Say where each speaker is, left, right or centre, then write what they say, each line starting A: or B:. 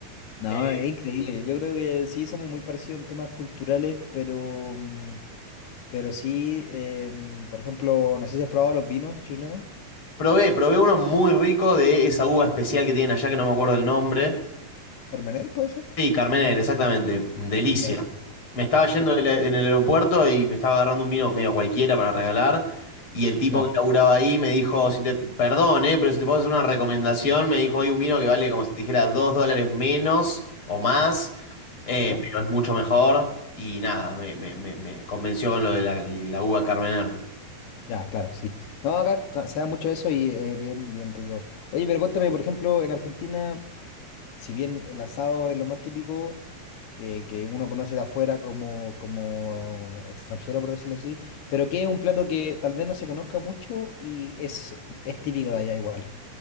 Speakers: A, on the left; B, on the left.
A: No,
B: Eh,
A: es increíble, yo creo que sí somos muy parecidos en temas culturales, pero, mm, pero sí, em, por ejemplo, no sé si has probado los vinos chilenos,
B: probé, probé uno muy rico de esa uva especial que tienen allá que no me acuerdo el nombre.
A: Carmener, ¿puede ser?
B: Sí, Carmener, exactamente. Delicia.
A: Ya, sí,
B: Me estaba yendo
A: sí,
B: del- en el aeropuerto y me estaba agarrando un vino medio cualquiera para regalar. Y el tipo
A: ya.
B: que laburaba ahí me dijo, si te, perdón, eh, pero si te puedo hacer una recomendación, me dijo, hay un vino que vale como si te dijera dos dólares menos o más, eh,
A: ¿Ya?
B: pero es mucho mejor. Y nada, me, me- me- me convenció con lo de la, la uva Carmener.
A: Ya, claro, sí. No, acá ta- se da mucho eso y es bien, bien rico. Oye, pero cuéntame, por ejemplo, en Argentina, si bien el asado es lo más típico que, que uno conoce de afuera como, como extranjero, por decirlo así, pero que es un plato que tal vez no se conozca mucho y es, es típico de allá igual.